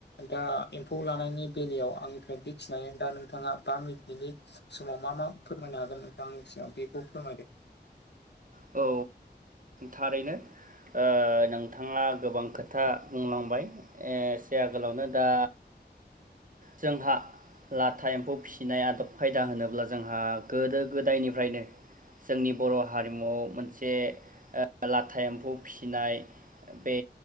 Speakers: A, on the left; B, on the right.
A: दा एम्फौ लानायनि बेलायाव आंनिफ्राय बेखिनाय दा नोंथाङा बा मिनिटनि समाव मा मा फोरमायनो हागोन नोंथां आंनि सायाव बेखौ फोरमायदो।
B: औ थारैनो। ओ नोंथाङा गोबां खोथा बुंलांबाय। ओ एसे आगोलावनो दा जोंहा लाथा एम्फौ फिसिनाय आदब खायदा होनोब्ला जोंहा गोदो गोदायनिफ्रायनो जोंनि बर' हारि मुआव मोनसे लाथा एम्फौ फिसिनाय बे